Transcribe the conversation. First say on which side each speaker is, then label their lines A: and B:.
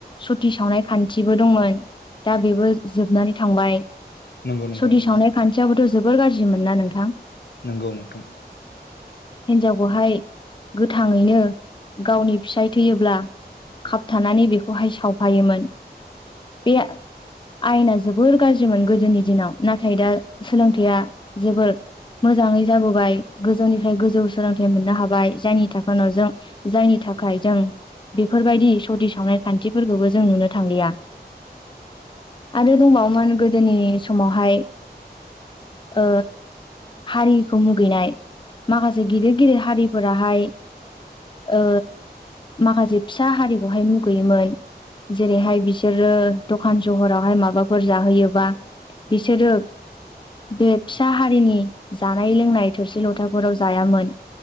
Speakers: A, on the left (about 30°); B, on the left (about 75°).
A: सुत सावनाय खान्थिबो दंमोन दा बेबो जोबनानै थांबाय
B: नंगौ नोंथां
A: सति
B: नंगौ
A: सावनाय खान्थियाबोथ' जोबोर गाज्रिमोन ना नोंथां
B: नोंगौ नोंथां
A: हिनजावखौहाय गोथाङैनो गावनि फिसाय थैयोब्ला खाबथानानै बेखौहाय सावफायोमोन बे आयेना जोबोर गाज्रिमोन गोदोनि दिनाव नाथाय दा सोलोंथाइया जोबोर मोजाङै जाबोबाय गोजौनिफ्राय गोजौ सोलोंथाइ मोननो हाबाय जायनि थाखाय न'जों जायनि थाखाय जों बेफोरबायदि सति सावनाय खान्थिफोरखौबो जों नुनो थांलिया आरो दंबावोमोन गोदोनि समावहाय ओ हारिखौ मुगैनाय माखासे गिदिर गिदिर हारिफोराहाय ओ माखासे फिसा हारिखौहाय मुगैयोमोन जेरैहाय बिसोरो दखान सहरावहाय माबाफोर जाहोयोबा बिसोरो बे फिसा हारिनि जानाय लोंनाय थोरसि लथाफोराव जायामोन